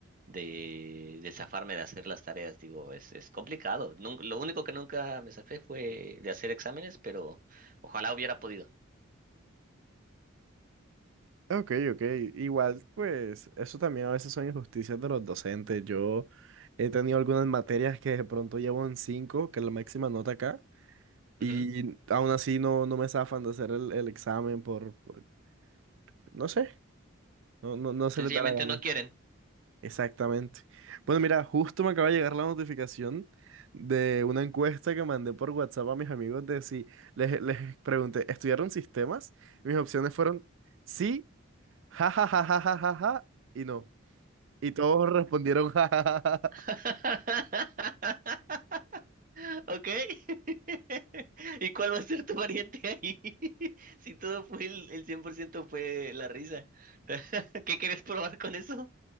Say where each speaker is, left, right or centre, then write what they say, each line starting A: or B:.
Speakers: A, on the right; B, on the right.
A: de, de zafarme de hacer las tareas. Digo, es, es complicado. Nun- lo único que nunca me zafé fue de hacer exámenes, pero ojalá hubiera podido.
B: Ok, ok, igual, pues eso también a veces son injusticias de los docentes. Yo he tenido algunas materias que de pronto llevo en 5 que es la máxima nota acá, y
A: Ujú.
B: aún así no, no me zafan de hacer el, el examen por, por, no sé, No, no, no se
A: Sencillamente
B: le da la gana.
A: no quieren.
B: Exactamente. Bueno, mira, justo me acaba de llegar la notificación de una encuesta que mandé por WhatsApp a mis amigos de si les, les pregunté, ¿estudiaron sistemas? Mis opciones fueron sí, ja, ja, ja, ja, ja, ja, ja, y no. Y todos respondieron <laughs> ja, ja, ja, ja, ja.
A: <laughs> ¿Ok? <laughs> ¿Y cuál va a ser tu variante ahí? <laughs> Si todo fue el, el 100% fue la risa. <laughs> ¿Qué quieres probar con eso?